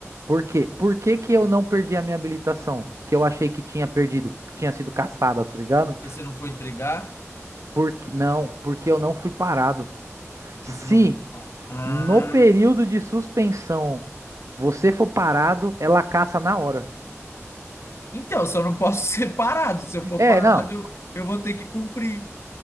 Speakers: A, on the right; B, on the left.
A: Por quê? Por que que eu não perdi a minha habilitação? Que eu achei que tinha perdido, que tinha sido caçada, tá ligado?
B: porque se eu não for entregar,
A: Porque, não, porque eu não fui parado.
B: porque
A: Se
B: se não for... pa- Ah,
A: no período de suspensão você for parado, ela caça na hora.
B: então, só não posso <laughs> ser parado. Se eu for
A: É,
B: parado,
A: não.
B: eu, eu vou ter que cumprir.